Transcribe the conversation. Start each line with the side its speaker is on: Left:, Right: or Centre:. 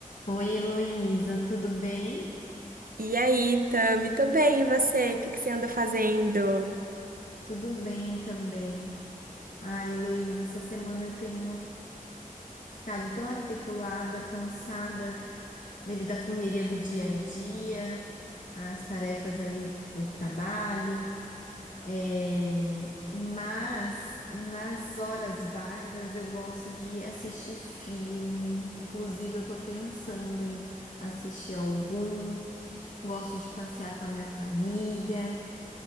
Left: Oi, Heloísa, tudo bem?
Right: E aí, Tami, tô bem, e você? O que que você anda fazendo?
Left: Tudo bem também. Ai, Heloísa, essa semana eu tenho ficado tão atribulada, cansada devido à correria do dia a dia, às tarefas aí do trabalho. É, Mas nas horas vagas eu gosto de assistir filme. Inclusive, eu tô pensando em assistir algum. Gosto de passear com a minha família.